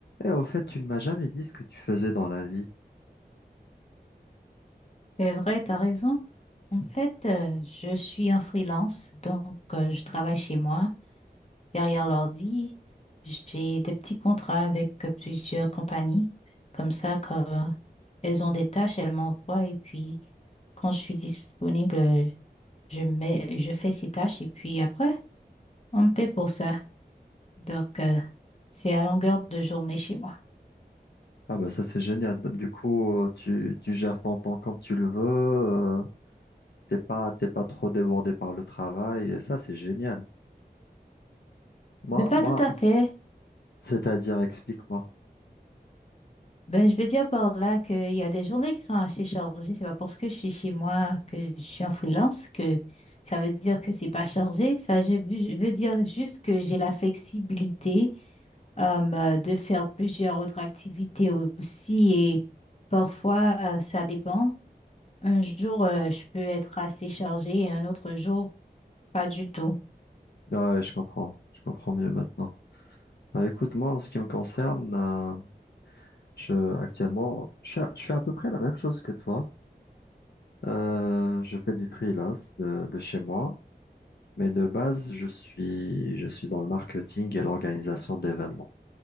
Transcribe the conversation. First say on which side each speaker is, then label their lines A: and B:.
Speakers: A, on the left; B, on the left.
A: Et au fait, tu ne m'as jamais dit ce que tu faisais dans la vie.
B: C'est vrai, tu as raison. En fait, euh, je suis en freelance, donc euh, je travaille chez moi, derrière l'ordi. J'ai des petits contrats avec euh, plusieurs compagnies. Comme ça, quand euh, elles ont des tâches, elles m'envoient et puis quand je suis disponible, euh, je mets, je fais ces tâches et puis après, on me paie pour ça. Donc, euh, c'est à longueur de journée chez moi.
A: Ah bah ça c'est génial. Du coup, euh, tu, tu gères ton temps comme tu le veux. euh, T'es pas, t'es pas trop débordé par le travail. Et ça c'est génial. Moi,
B: Mais pas
A: moi,
B: tout à fait.
A: c'est-à-dire, explique-moi.
B: Ben, je veux dire par là qu'il y a des journées qui sont assez chargées. C'est pas parce que je suis chez moi que je suis en freelance que ça veut dire que c'est pas chargé. Ça, je, veux je veux dire juste que j'ai la flexibilité euh, de faire plusieurs autres activités aussi et parfois euh, ça dépend. Un jour, euh, je peux être assez chargée et un autre jour, pas du tout.
A: Ah Ouais, je comprends. Je comprends mieux maintenant. Ah, écoute, moi, en ce qui me concerne, euh, je, actuellement, je fais, je fais à peu près la même chose que toi. Euh, je fais du freelance de, de chez moi. Mais de base, je suis, je suis dans le marketing et l'organisation d'événements.